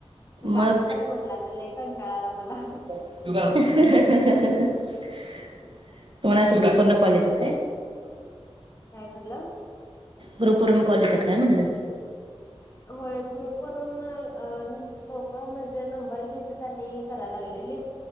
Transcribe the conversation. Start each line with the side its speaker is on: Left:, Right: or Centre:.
Left: बास
Right: मग
Left: बाई म्हणलं आता लई कंटाळा आला मला.
Right: <unintelligible> तुम्हाला असं ग्रुपवरनं कॉल येतात काय?
Left: काय झालं?
Right: ग्रुपवरून कॉल येतात काय म्हटलं?
Left: होय ग्रुपवरून अं लोक म्हणजे नंबर घेतात आणि कराय लागलेलीत.